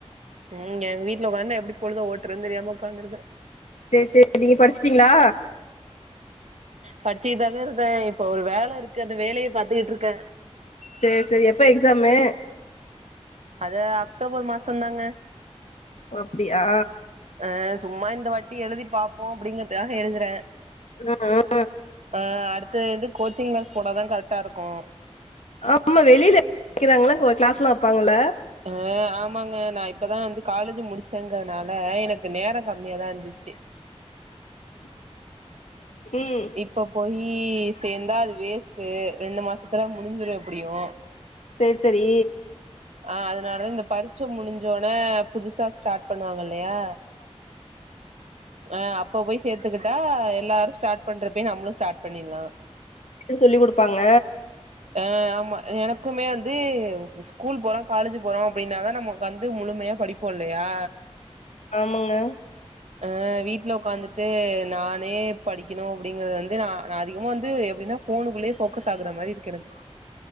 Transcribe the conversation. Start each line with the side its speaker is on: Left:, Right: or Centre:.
Right: ம் எங் வீட்ல உக்காண் எப்டி பொழுத ஓட்டுறதுன் தெரியாம உக்காந்துருக்க
Left: சேர் சேர் நீங்க படிச்சிட்டீங்ளா
Right: பச்சிகிட்தாங்க இருந்த இப்ப ஒரு வேல இருக்கு அந்த வேலய பாத்துக்குட்ருக்க
Left: சேர் செரி எப்ப எக்ஸாமு
Right: அது அக்டோபர் மாசந்தாங்க
Left: ஒ அப்டியா
Right: அ சும்மா இந்த வாட்டி எழுதி பாப்போ அப்டிங்கற்துக்காக எழுதுற
Left: ம் ம்
Right: அ அடுத்து இது கோச்சிங் க்ளாஸ் போனாதா கரக்டா இருக்கு
Left: ஆம வெளில க்கிறாங்ளா கோ க்ளேஸ்லா வெப்பாங்கள்ள
Right: அ ஆமாங்க நா இப்பதா வந்து காலேஜு முடிச்சங்கறனால எனக்கு நேர கம்மியாதா இர்ந்துச்சு
Left: ம்
Right: இப்ப போய் சேந்தா அது வேஸ்ட்டு ரெண்டு மாசத்துல முடிஞ்சிடு எப்புடியோ <inaudible>
Left: சேர் சரி
Right: அ அதனாலதா இந்த பரிச்ச முடிஞ்சோன புதுசா ஸ்டாட் பண்ணுவாங்க இல்லயா அ அப்ப போய் சேத்துக்கிட்டா எல்லாரு ஸ்டாட் பண்றப்பயே நம்மளு ஸ்டாட் பண்ணிட்லா
Left: சொல்லி் குடுப்பாங்க
Right: அ ஆமா எனக்குமே வந்து ஸ்கூல் போகிறோ காலேஜி போறோ அப்டின்னாதான நம்மக் வந்து முழுமயா படிப் போட்லயா
Left: ஆமங்க
Right: ஆ வீட்ல ஒக்காந்துட்டு நானே படிக்கணு அப்டிங்கிறது வந்து நா நா அதிகமா வந்து எப்டின்னா ஃபோனுக்குள்ளேயே ஃபோக்கஸ் ஆகுற மாரி இருக்கு எனக்கு